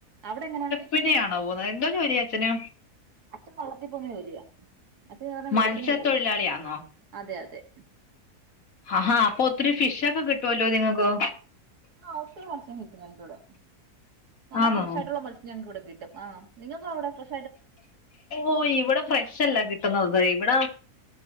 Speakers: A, on the right (about 75°); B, on the left (about 60°).
A: അവിടെങ്ങനാ
B: പിന്നെയാണോ പോന്നത് എന്തോ ജോലിയാ അച്ഛന്
A: അച്ഛൻ വളളത്തി പോന്ന ജോലിയാ അത് കാരണം
B: മത്സ്യത്തൊഴിലാളിയാന്നോ
A: വെളുപ്പിനെ പോവും അതെ അതെ
B: ആഹാ ആഹാ അപ്പൊ ഒത്തിരി ഫിഷ് ഒക്കെ കിട്ടുവല്ലോ നിങ്ങക്ക്
A: ആ ഒത്തിരി മത്സ്യം കിട്ടും ഞങ്ങക്കിവിടെ കാരണം
B: ആന്നോ
A: ഫ്രഷ് ആയിട്ടുള്ള മത്സ്യം ഞങ്ങൾ ഇവിടെ കിട്ടും ആ നിങ്ങക്ക് അവിടെ ഫ്ര
B: ഓ ഇവിടെ ഫ്രഷല്ലാ കിട്ടുന്നത് ഇവിട